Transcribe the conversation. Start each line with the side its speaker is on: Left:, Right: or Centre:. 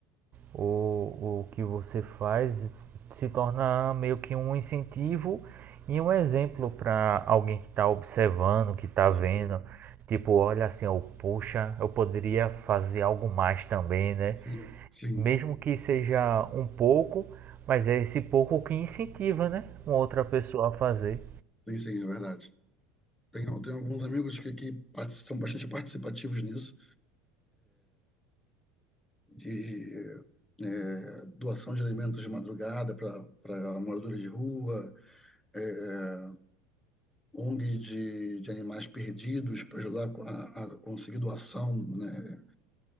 Right: o, o que você faz se torna meio que um incentivo e um exemplo para alguém que está observando, que está
Centre: Isso
Right: vendo.
Centre: é tudo.
Right: Tipo, olha assim, oh, poxa, eu poderia fazer algo mais também, né?
Centre: Sim, sim,
Right: Mesmo que seja um pouco, mas é esse pouco que incentiva, né? Uma outra pessoa a fazer.
Centre: sim, sim, é verdade. Tenho, tenho alguns amigos que, que partic- são bastante participativos nisso, de é, doação de alimentos de madrugada para moradores de rua, é, ONG de, de animais perdidos para ajudar a, a, conseguir doação, né,